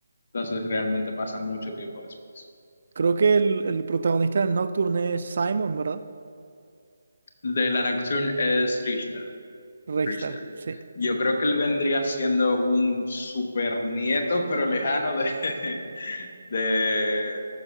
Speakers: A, on the left (about 45°); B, on the right (about 60°).
A: Entonces realmente pasa mucho tiempo después.
B: Creo que el, el protagonista del Nocturne es Simon, ¿verdad?
A: De la Nocturne es Richter,
B: Rexta,
A: Richter.
B: sí.
A: Yo creo que él vendría siendo un super nieto, pero lejano de, <laughs> de,